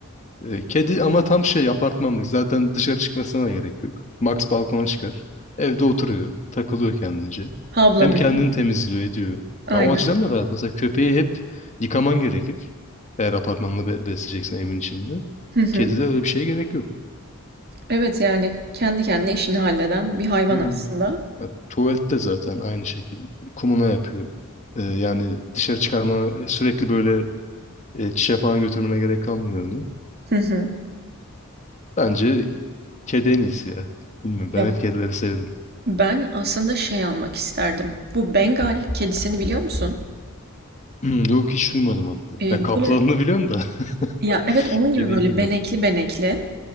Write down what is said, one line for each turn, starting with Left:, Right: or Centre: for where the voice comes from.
Left: Ee, kedi ama tam şey apartmanlık. Zaten dışarı çıkmasına da gerek yok. Max balkona çıkar. Evde oturuyor. Takılıyor kendince.
Right: Havlamıyor.
Left: Hem kendini
Right: mu?
Left: temizliyor ediyor.
Right: Aynen.
Left: Ha, o açıdan da rahat. Mesela köpeği hep yıkaman gerekir. Eğer apartmanla be- besleyeceksen evin içinde.
Right: Hı hı.
Left: Kedide öyle bir şeye gerek yok.
Right: Evet yani kendi kendine işini halleden bir hayvan
Left: Hmm.
Right: aslında.
Left: Ha, tuvalette zaten aynı şekilde. Kumuna yapıyor. Ee, yani dışarı çıkarma e, sürekli böyle e, çişe falan götürmene gerek kalmıyor onu.
Right: Hı hı.
Left: Bence kedi en iyisi ya. Bilmiyorum ben
Right: Ya
Left: hep kedileri sevdim.
Right: ben aslında şey almak isterdim. Bu Bengal kedisini biliyor musun?
Left: Hmm, yok hiç duymadım hatta.
Right: Eee,
Left: Ya kaplanını
Right: böyle
Left: biliyorum da
Right: ya evet
Left: <laughs>
Right: onun
Left: kediyi
Right: gibi böyle
Left: bilmiyorum.
Right: benekli benekli.